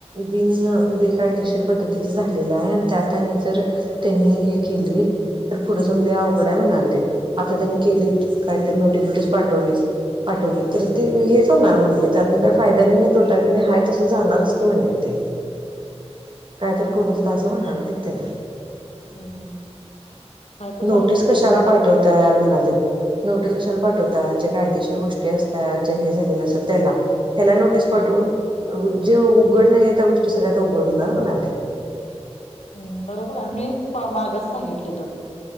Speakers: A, on the right; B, on the left.
A: बिन्न बे कायदेशीर पद्धतीच झालेलं आहे आणि त्या त्यांनी जर त्यांनी हे केली तर पुढे जाऊन
B: हम्म
A: लय अवघड हाय म्हणाल ते. आता त्यांनी केलीत, काहीतरी नोटीस बिटीस पाठवलीस, पाठवली तर ते वे हेच होणार म्हणले, त्यातन काही फायदा बी नाही, तोटा बी नाही, आहे तसं जाणारच की म्हणले ते. काहीतरी करू तिथे, असं म्हणाले तिथ्थे.
B: हम्म काय तर
A: नोटीस
B: करू दे त्यांचंच
A: कशाला पाठवताय
B: नुकसान
A: म्हणालेत, नोटीस कशाला पाठवताय जे? कायदेशीर गोष्टी असतात, ज्या हे झालेल्या असतात त्याला ह्याला नोटीस पाठवून,
B: हा
A: उ जे उघ्घड नाही आहेत त्या गोष्टी सगळ्या आता उघड होणार म्हणाले ते.
B: हं बरोबर, मी मागचं सांगितलं होत.